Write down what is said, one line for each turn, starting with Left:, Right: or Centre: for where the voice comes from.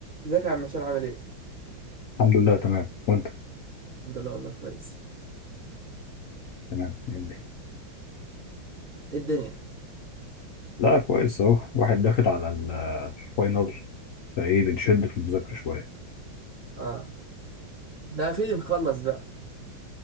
Right: ازيك يا عم هشام عامل ايه؟
Left: الحمد لله تمام وانت
Right: الحمد لله والله كويس
Left: تمام يعني.
Right: إيه الدنيا
Left: لا كويس اهو واحد داخل على ال- الفاينل فايه بنشد في المذاكرة شوية
Right: اه ده فيلم مخلص بقى